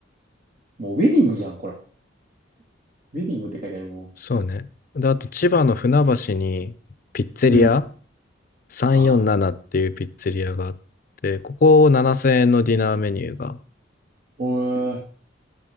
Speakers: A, on the right; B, on the left.
A: もうウェディングじゃん、これ。ウェディングって書いてあるもん。
B: そうね。で、あと千葉の船橋にピッツェリア
A: うん。
B: 347っていうピッツェリアがあって、
A: ああ、
B: ここ7000円のディナーメニューが、
A: おえ。